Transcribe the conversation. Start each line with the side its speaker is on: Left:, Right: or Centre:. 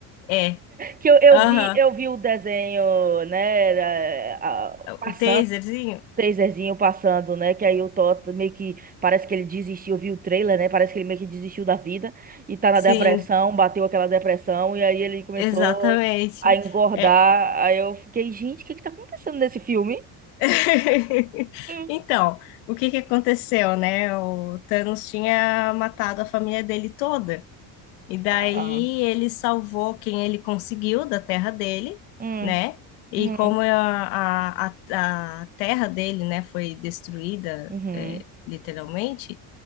Left: é.
Right: Que eu, eu
Left: Aham.
Right: vi, eu vi o desenho, né? a- a- Passando,
Left: O taserzinho?
Right: o taserzinho passando, né? Que aí o Thor meio que parece que ele desistiu. Eu vi o trailer, né? Parece que ele meio que desistiu da vida e tá na
Left: Sim,
Right: depressão, bateu aquela depressão, e aí ele começou
Left: exatamente.
Right: a engordar.
Left: É,
Right: Aí eu fiquei, gente, o que que tá acontecendo nesse filme?
Left: <laughs>
Right: Hum,
Left: Então, o que que aconteceu, né? O Thanos tinha matado a família dele toda, e daí
Right: Ah,
Left: ele salvou quem ele conseguiu da terra dele,
Right: hum,
Left: né? E
Right: uhum,
Left: como a, a, a a terra dele, né, foi destruída,
Right: uhum.
Left: é, literalmente,